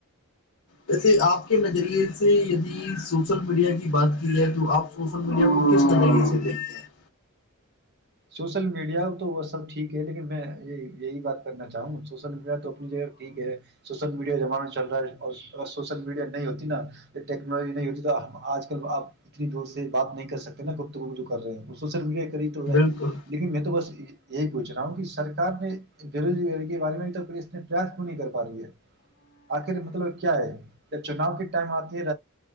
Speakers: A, on the left; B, on the right.
A: ویسے آپ کے نظریے سے یدی سوشل میڈیا کی بات کی جائے تو آپ سوشل میڈیا کو کس طریقے سے دیکھتے ہیں
B: سوشل میڈیا تو وہ سب ٹھیک ہے لیکن میں یہی بات کرنا چاہوں سوشل میڈیا تو اپنی جگہ ٹھیک ہے سوشل میڈیا زمانہ چل رہا ہے اور اگر سوشل میڈیا نہیں ہوتی نا ٹیکنالوجی نہیں ہوتی تو آج کل آپ اتنی زور سے بات نہیں کر سکتے نا خود تو جو کر رہے ہیں اور سوشل میڈیا کرریتر
A: بالکل
B: لیکن میں تو بس یہی پوچھ رہا ہوں کہ سرار نے بےروزگاری کے بارے میں تو پ اس پریاس کیوں نہیں کر پا رہی ہے آخر مطلب کیا ہے ج چناؤ کے ٹائم آتے ہے